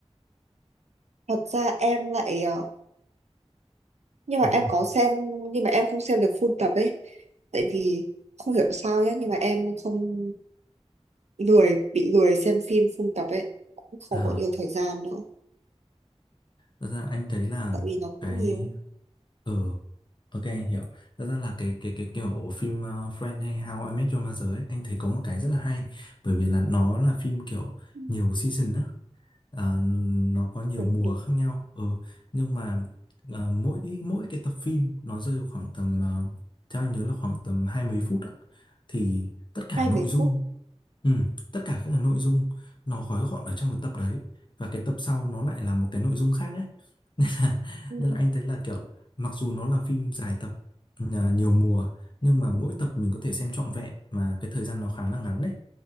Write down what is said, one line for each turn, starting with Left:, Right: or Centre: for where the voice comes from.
Right: thật ra em lại ờ, nhưng mà
Left: Ừ.
Right: em có xem nhưng mà em không xem được full tập ấy tại vì không hiểu sao nhé nhưng mà em không lười bị lười xem phim full tập ấy cũng không
Left: Ừ.
Right: có nhiều thời gian nữa
Left: Thật ra anh thấy là
Right: tại vì nó cũng
Left: cái
Right: nhiều
Left: ừ ok anh hiểu thật ra là cái cái cái kiểu phim uh, Friends hay How I Met Your Mother ấy, anh thấy có một cái rất là hay bởi vì là nó là phim kiểu
Right: Ừ,
Left: nhiều season á à, nó có nhiều
Right: đúng
Left: mùa
Right: đúng
Left: khác nhau ừ nhưng mà à, mỗi mỗi cái tập phim nó rơi vào khoảng tầm à, theo anh nhớ là khoảng tầm hai mấy phút ạ thì tất cả
Right: hai
Left: nội
Right: mấy
Left: dung
Right: phút
Left: Ừ, tất cả các cái nội dung nó gói gọn ở trong cái tập đấy và cái tập sau nó lại là một cái nội dung khác ấy <laughs> nên là
Right: ừ,
Left: nên là anh thấy là kiểu mặc dù nó là phim dài tập à, nhiều mùa nhưng mà mỗi tập mình có thể xem trọn vẹn mà cái thời gian nó khá là ngắn đấy